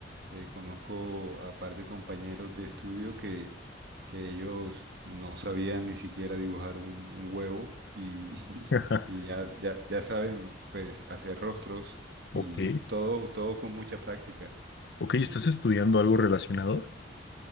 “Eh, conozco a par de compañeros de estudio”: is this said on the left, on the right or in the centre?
Right